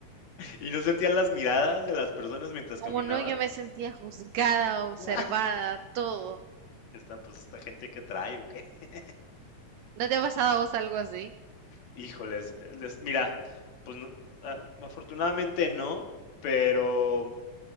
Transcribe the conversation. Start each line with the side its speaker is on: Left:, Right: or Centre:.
Left: ¿Y no sentías las miradas de las personas mientras
Right: Como
Left: caminabas?
Right: no, yo me sentía juzgada, observada,
Left: Ah,
Right: todo.
Left: Esta, pues, esta gente que trae o qué. <laughs>
Right: ¿No te ha pasado a vos algo así?
Left: Híjoles, les- mira, pues no, a- afortunadamente no, pero